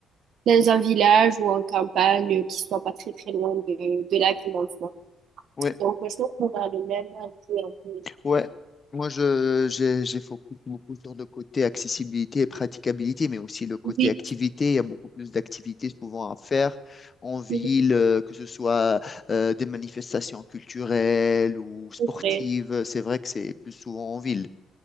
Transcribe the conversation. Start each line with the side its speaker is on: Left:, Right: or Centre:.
Right: dans un village ou en campagne qui soit pas très très loin de, de la ville en soi.
Left: Ouais,
Right: Donc je pense qu'on a le même avis un peu.
Left: ouais. Moi, je, j'ai, j'ai focus beaucoup sur le côté accessibilité et praticabilité, mais aussi le côté
Right: Oui,
Left: activité. Il y a beaucoup plus d'activités souvent à faire en ville,
Right: c'est
Left: euh, que ce soit euh, des manifestations culturelles ou sportives.
Right: vrai,
Left: C'est vrai que c'est plus souvent en ville.